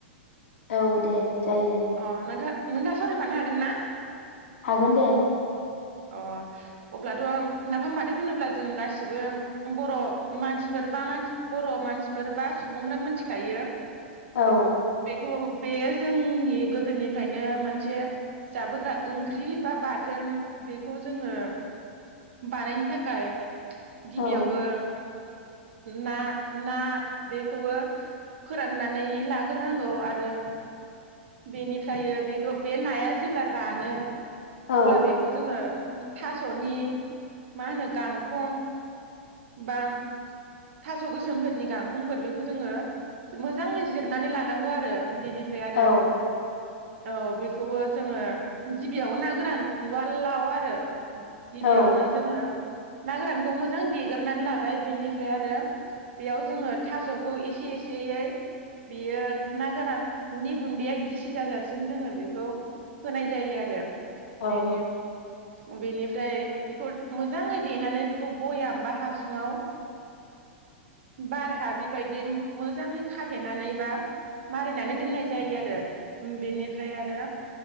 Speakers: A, on the left; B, on the right.
A: औ दे। जायो
B: अ नोंथा नोंथाङा सावरायफानो हागोन ना?
A: हागोन दे
B: अ अब्लाथ' नाफाम बाथोन होनोब्ला जों गासिबो बर' मानसिफोर बा मान बर' मानसिफोर बा सुबुंफ्रा मोनथिखायो।
A: औ
B: बे बे खौ बेयो जोंनि <unintelligible> गोदोनिफ्रायनो मोनसे जाबोग्रा ओंख्रि बा बाथोन बेखौ जोङो बानायनो थाखाय गिबियावबो
A: औ
B: ना ना बेखौबो फोराननानै लाग्रोनांगौ आरो बेनिफ्राय बेखौ बे नाया जेब्ला रानो।
A: औ
B: अब्ला बेखौ जोंङो थास'नि मा होनो गांखं बा थास' गोसोमफोरनि गांखंफोर बेखौ जोङो मोजाङै जिरनानै लानांगौ आरो बेनिफ्राय आरो
A: औ
B: औ बेखौबो जोङो गिबियाव ना गोरान उवाललाव आरो। गिबियावनो
A: औ
B: जोङो ना गोरानखौ मोजां देगोरनानै लाबाय बेनि ओमफ्राय आरो बेयाव जोङो थास'खौ एसे एसेयै बियो ना गोरान नि गुन्दैया गिसि जाजासिम जोङो बेखौ होनाय जायो आरो।
A: औ
B: बेनि बेनिफ्राय बेखौ मोजाङै देनानै बेखौ बयाम बा हासुङाव बारहाबि बायदि मोजाङै खाथेनानै बा मारिनानै दोननाय जायो आरो बेनिफ्राय आरो